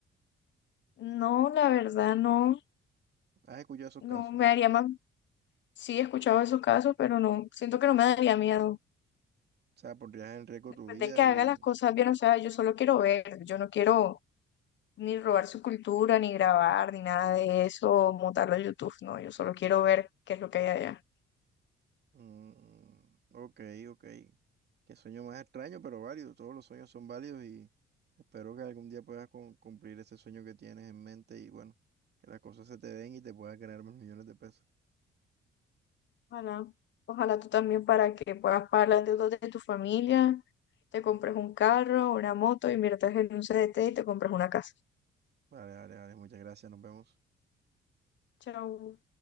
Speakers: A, on the left; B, on the right.
A: No, la verdad, no,
B: ¿Has escuchado esos
A: no
B: casos?
A: me haría más. Sí, he escuchado esos casos, pero no, siento que no me daría miedo.
B: O sea, pondrías en riesgo
A: pues,
B: tu vida
A: de que haga
B: y
A: las cosas bien, o sea, yo solo quiero ver, yo no quiero ni robar su cultura, ni grabar, ni nada de eso, montarlo a YouTube, no, yo solo quiero ver qué es lo que hay allá.
B: Mm, ok, ok. Qué sueño más extraño, pero válido. Todos los sueños son válidos y espero que algún día puedas cum- cumplir ese sueño que tienes en mente y bueno, que las cosas se te den y te puedas ganar más millones de pesos.
A: Ojalá, ojalá tú también para que puedas pagar las deudas de tu familia, te compres un carro, una moto, inviertas en un CDT y te compres una casa.
B: Vale, vale, vale. Muchas gracias. Nos vemos.
A: Chao.